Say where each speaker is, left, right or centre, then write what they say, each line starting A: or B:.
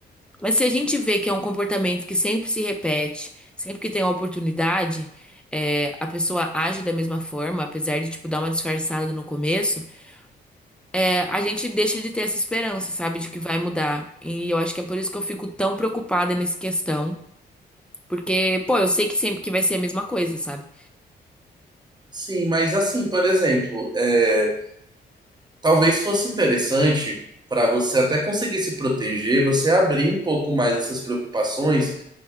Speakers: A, in the centre; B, on the right (about 25°).
A: Mas se a gente vê que é um comportamento que sempre se repete, sempre que tem a oportunidade, é, a pessoa age da mesma forma, apesar de, tipo, dar uma disfarçada no começo, é, a gente deixa de ter essa esperança, sabe, de que vai mudar. E eu acho que é por isso que eu fico tão preocupada nessa questão. Porque, pô, eu sei que sempre que vai ser a mesma coisa, sabe?
B: Sim, mas assim, por exemplo, é, talvez fosse interessante para você até conseguir se proteger, você abrir um pouco mais essas preocupações